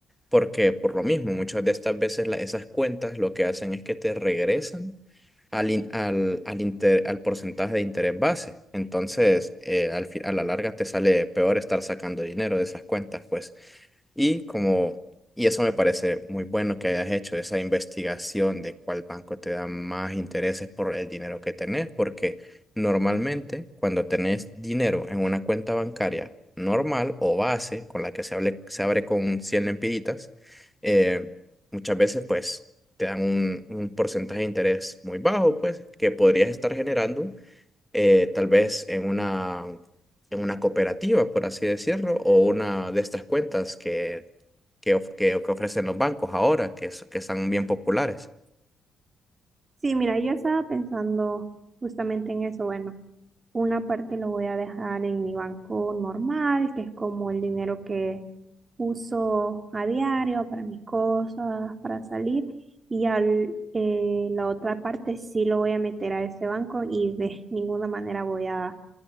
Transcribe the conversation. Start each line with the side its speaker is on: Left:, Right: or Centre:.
Centre: porque por lo mismo, muchas de estas veces la- esas cuentas lo que hacen es que te regresan al, in- al, al, inter- al porcentaje de interés base. Entonces, eh, al fi- a la larga te sale peor estar sacando dinero de esas cuentas, pues. Y como, y eso me parece muy bueno que hayas hecho esa investigación de cuál banco te da más intereses por el dinero que tenés, porque normalmente cuando tenés dinero en una cuenta bancaria normal o base, con la que se, hable- se abre con 100 lempiritas, eh, muchas veces pues te dan un, un porcentaje de interés muy bajo, pues, que podrías estar generando eh, tal vez en una, en una cooperativa, por así decirlo, o una de estas cuentas que, que, of- que- que ofrecen los bancos ahora, que, es- que están bien populares.
Right: Sí, mira, yo estaba pensando justamente en eso. Bueno, una parte lo voy a dejar en mi banco normal, que es como el dinero que uso a diario para mis cosas, para salir, y al, eh, la otra parte sí lo voy a meter a ese banco y de ninguna manera voy a